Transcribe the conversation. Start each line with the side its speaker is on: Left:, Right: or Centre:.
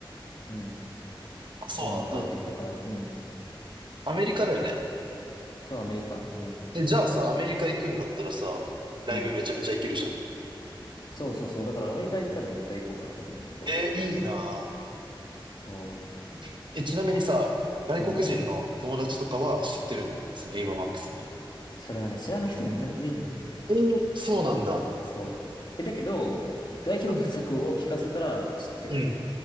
Left: うん、
Right: あ、そうなんだ。
Left: もう増えてきたから、うん。
Right: アメリカだよね。
Left: そう、アメリカ、アメリカ。
Right: え、じゃあさ、アメリカ行くんだったらさ、ライブめちゃめちゃ行けるじゃん。
Left: うん。そうそうそう。だからアメリカ行ったら絶対行こうかなと思うんだけど、
Right: え、いいな
Left: そ
Right: ぁ。え、ちなみにさ、外国人の友達とかは知ってるのそのエイバーマックスのこと。
Left: う。うん。それがね、知らない人も全然いいんだよ。
Right: えー、そうなんだ。
Left: そう。え、だけど、代表作を聞かせたら知ってるの。
Right: うん。うん。